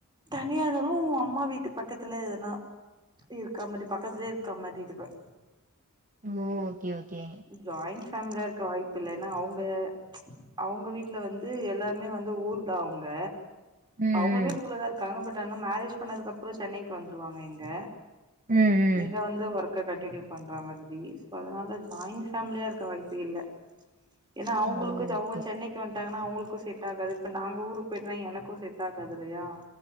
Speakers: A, on the right; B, on the right.
A: தனியாருந்தாலு உ அம்மா வீட்டு பக்கத்துல எதனா இருக்கமாரி பக்கத்துலயே இருக்கமாரி இருப்பே
B: ஓ ஓகே ஓகே
A: ஜாய்ன் ஃபேமிலியா இருக்க வாய்ப்பில்ல எனா அவுங்க அவுங்க வீட்ல வந்து எல்லாருமே வந்து ஊர்தா அவுங்க
B: ம்
A: அவுங்களுமே ஊர்லதா இருக்காங்க பட் ஆனா மேரேஜ் பண்ணதுக்கப்றோ சென்னைக்கு வந்துருவாங்க இங்க
B: ம் ம் ம்
A: இங்க வந்து ஒர்க்க கண்டின்யூ பண்ற மாதிரி சோ அதனால ஜாயின் ஃபேமிலியா இருக்க வாய்ப்பே இல்ல எனா அவுங்களுக்கு
B: ஓ
A: அவுங்க
B: ஓகே
A: சென்னைக்கு வந்ட் டாங்கனா அவுங்களுக்கு செட் ஆகாது இப்ப நாங்க ஊருக்கு போய்ட்டோனா எனக்கு செட் ஆகாது இல்லயா